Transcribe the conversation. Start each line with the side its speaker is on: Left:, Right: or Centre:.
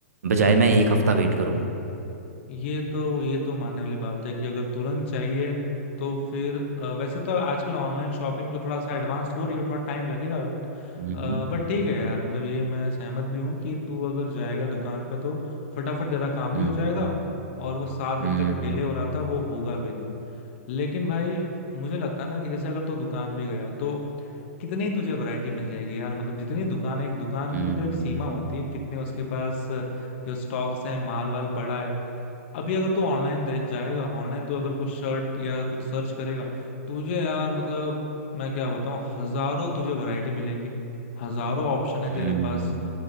Right: बजाय मैं एक हफ्ता वेट करूं
Left: ये तो ये तो मानने वाली बात है कि अगर तुरंत चाहिए तो फिर अ, वैसे तो आजकल ऑनलाइन शॉपिंग तो थोड़ा सा एडवांस हो रही है थोड़ा टाइम लगेगा बट
Right: हम्म,
Left: बट ठीक है यार मतलब ये मैं सहमत भी हूँ कि तू अगर जाएगा दुकान पे तो फटाफट तेरा काम
Right: हम्म,
Left: भी हो जाएगा और वो सात दिन
Right: हम्म,
Left: का जो डिले हो रहा था वो होगा भी नहीं लेकिन भाई मुझे लगता है ना कि जैसे अगर तू दुकान भी गया तो कितनी ही तुझे वैरायटी मिल जाएगी यार मतलब जितनी दुकान है एक दुकान
Right: हम्म,
Left: की भी तो एक सीमा होती है कितने उसके पास अ, जो स्टॉक्स हैं माल वाल पड़ा है अभी अगर तू ऑनलाइन जाएगा ऑनलाइन तू अगर कुछ शर्ट या कुछ सर्च करेगा तुझे यार मतलब मैं क्या बताऊं हजारों तुझे वैरायटी मिलेंगे हजारों ऑप्शन है
Right: हम्म,
Left: तेरे पास